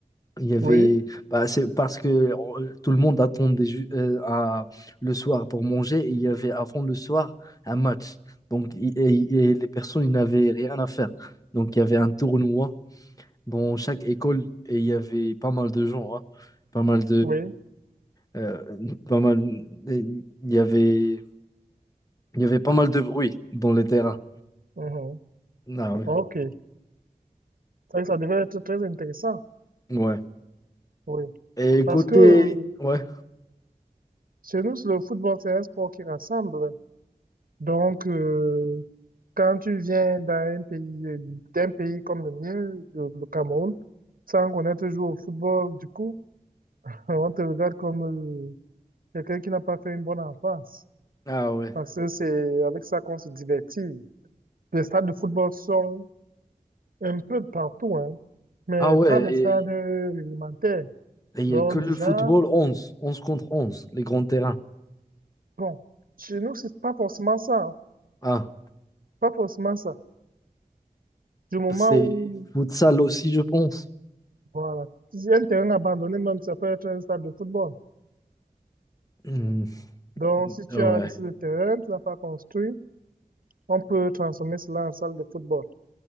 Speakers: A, on the left; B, on the right.
A: Il y avait.
B: Oui,
A: bah, c'est parce que on- tout le monde attendait ju- euh, à, le soir pour manger et il y avait avant le soir un match. Donc, i- et, et les personnes, ils n'avaient rien à faire. Donc, il y avait un tournoi dans chaque école et il y avait pas mal de gens, hein. Pas mal
B: oui.
A: Euh, pas mal. Il y avait, il y avait pas mal de bruit dans les terrains.
B: mhm.
A: Ah ouais.
B: OK. Ça, ça devait être très intéressant.
A: Ouais.
B: Oui.
A: Et
B: Parce
A: côté.
B: que euh,
A: Ouais.
B: chez nous, le football, c'est un sport qui rassemble. Donc, euh, quand tu viens d'un pays, euh, d'un pays comme le mien, le, le Cameroun, sans connaître jouer au football, du coup, <laughs> on te regarde comme euh, quelqu'un qui n'a pas fait une bonne enfance.
A: Ah ouais.
B: Parce que c'est avec ça qu'on se divertit. Les stades de football sont un peu de partout, hein, mais
A: Ah ouais.
B: pas des
A: Et
B: stades réglementaires.
A: et il
B: Donc,
A: n'y a que le
B: du genre,
A: football onze onze contre 11 les grands terrains.
B: bon, chez nous, c'est pas forcément ça. hein,
A: Ah.
B: Pas forcément ça. Du moment
A: C'est
B: où
A: futsal aussi, je pense.
B: Voilà. Si un terrain abandonné, même, si ça peut être un stade de football.
A: Hmm.
B: Donc, si tu
A: Ah
B: as
A: Ouais.
B: laissé le terrain, tu l'as pas construit, on peut transformer cela en salle de football.